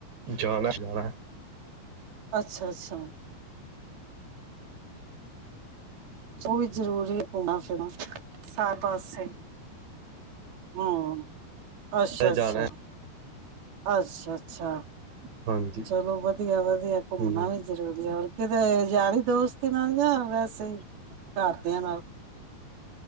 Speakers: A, on the right; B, on the right.
A: ਜਾਣਾ- ਜਾਣਾ ਐ
B: ਅੱਛਾ- ਅੱਛਾ। ਉਹ ਵੀ ਜ਼ਰੂਰੀ ਐ ਘੁੰਮਣਾ- ਫਿਰਨਾ ਸਾਥ ਆਸਤੇ। ਹਾਂ ਅੱਛਾ-
A: ਜਾਣਾ
B: ਅੱਛਾ। ਅੱਛਾ- ਅੱਛਾ
A: ਹਾਂਜੀ
B: ਚਲੋ ਵਧੀਆ- ਵਧੀਆ ਘੁੰਮਣਾ
A: ਹੂੰ
B: ਵੀ- ਜ਼ਰੂਰੀ ਐ, ਹੋਰ ਕਿਤੇ ਯਾਰੀ ਦੋਸਤੀ ਨਾਲ ਜਾਂ ਵੈਸੇ ਹੀ ਘਰਦਿਆਂ ਨਾਲ।